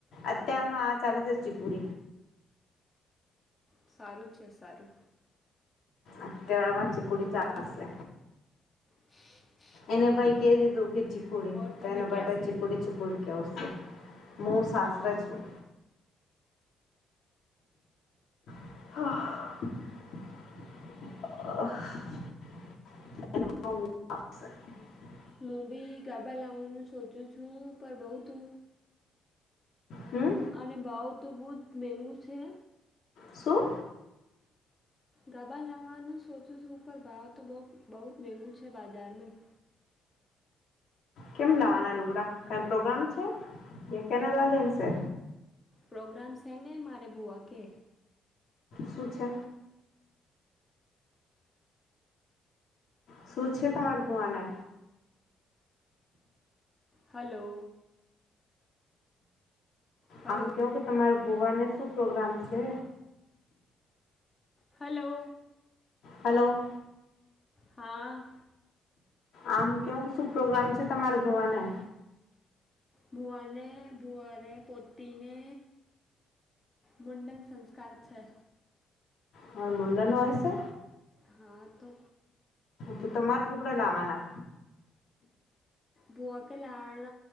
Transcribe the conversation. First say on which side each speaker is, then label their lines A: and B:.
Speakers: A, on the left (about 25°); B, on the left (about 70°).
A: હા
B: અત્યારમાં આ ચાલે છે ચિકુડી.
A: સારું છે સારું.
B: અત્યારમાં ચીકુડી ચ
A: ઓર
B: છે.
A: <unintelligible>
B: એને ભાઈ કે દીધું કે ચીકુડી
A: ઓર તમે
B: તો એને બધા
A: ક્યાં છે
B: ચીકુડી ચીકુડી કેવું. મુું સાસર
A: હા
B: છું હા એશે <inaudible>
A: હું બી ગાભા લાવવાનું સોચું છું પણ બઉ તુ
B: હમ
A: અને ભાવ તો બહુ જ મેગુ છે
B: શું
A: ગાબા લાવવાનો સોચું છું પર ભાવ તો બહુ જ મેંગું છે બજારમાં
B: કેમ લાવવાના લુગડા કંઈ પ્રોગ્રામ છે એ કેને લગેન છે
A: પ્રોગ્રામ્સને મારેે ભૂઆ કે
B: સું છે શૂ છે તમાર ભૂઆને
A: હલો હલો
B: આમ કહું કે તમારા ભૂવાને શું પ્રોગ્રામ છે
A: હલોલો
B: હલો
A: હા
B: આમ કેવું શું પ્રોગ્રામ છે તમારા ભુઆ ને
A: ભૂઆને ભુઆને પતિને મુડન સંસ્કાર છે
B: હ મુડન હોય છે
A: હા તો
B: તો તમારે લુગડા લાવવાના
A: બુઅ કે લાણ